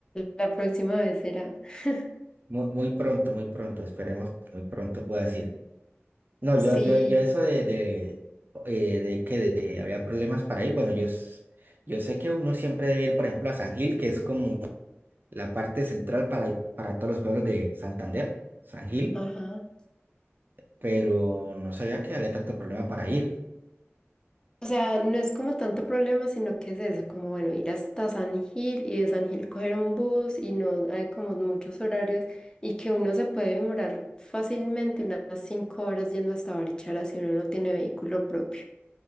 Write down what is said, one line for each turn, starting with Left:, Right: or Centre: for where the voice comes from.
Left: la próxima vez será. <laughs>
Right: Mu- Muy, pronto, muy pronto. Esperemos que muy pronto pueda ir. No,
Left: Sí,
Right: yo, yo, yo eso de, de, eh, de que de- de había problemas para ir. Bueno, yo, s- yo sé que uno siempre debe ir, por ejemplo, a San Gil, que es como la parte central para, ir- para todos los pueblos de Santander, San Gil,
Left: ajá.
Right: pero no sabía que había tanto problema para ir.
Left: O sea, no es como tanto problema, sino que es eso, como bueno, ir hasta San Gil y de San Gil coger un bus y no hay como muchos horarios y que uno se puede demorar fácilmente unas cinco horas yendo hasta Barichara si uno no tiene vehículo propio.